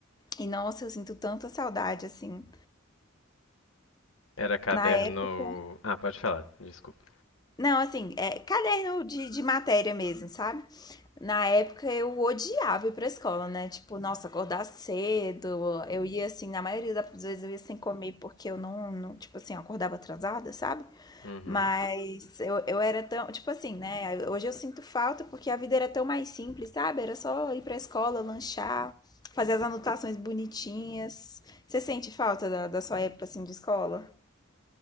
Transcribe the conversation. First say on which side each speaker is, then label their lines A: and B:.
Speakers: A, on the left; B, on the left.
A: E nossa, eu sinto tanta saudade, assim.
B: Era caderno.
A: Na época.
B: Ah, pode falar, desculpa.
A: Não, assim, é caderno de, de matéria mesmo, sabe? Na época eu odiava ir pra escola, né? Tipo, nossa, acordar cedo. Eu ia assim, na maioria das vezes eu ia sem comer porque eu não, não, tipo assim, eu acordava atrasada, sabe?
B: Uhum.
A: Mas eu, eu era tão, tipo assim, né? Hoje eu sinto falta porque a vida era tão mais simples, sabe? Era só ir pra escola, lanchar, fazer as anotações bonitinhas. Você sente falta da, da sua época, assim, de escola?